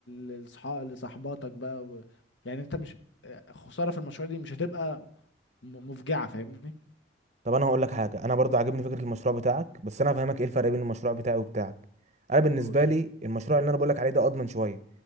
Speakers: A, on the left; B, on the right.
A: للصحاب لصاحباتك بقى و... يعني انت مش آه، خساره في المشروع دي مش هتبقى م- مفجعه فاهمني
B: طب انا هقول لك حاجه انا برضو عاجبني فكره المشروع بتاعك بس انا هفهمك ايه الفرق بين المشروع بتاعي وبتاعك انا بالنسبه
A: قول
B: لي المشروع اللي انا بقول لك عليه ده اضمن شويه